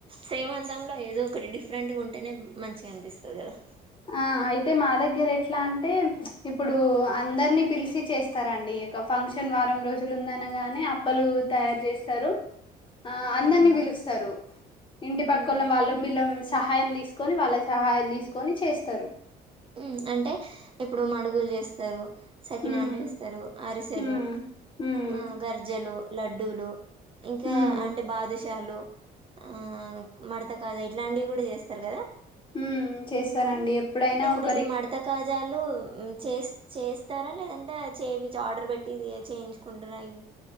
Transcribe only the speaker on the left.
ఆ అయితే మా దగ్గర ఎట్లా అంటే ఇప్పుడు అందరినీ పిలిచి చేస్తారండి. ఒక ఫంక్షన్ వారం రోజులు ఉందనగానే అప్పలు తయారు చేస్తారు, ఆ
అందరినీ పిలుస్తారు ఇంటి పక్క
ఒళ్లం వల్లన్ విలన్ సహాయం తీసుకొని వాళ్ళ సహాయాలు తీసుకొని చేస్ తరు
ఉమ్
ఉమ్ ఉమ్
ఉమ్
ఉమ్ ఉ, చేస్తారండి ఎప్పుడైనా ఒక్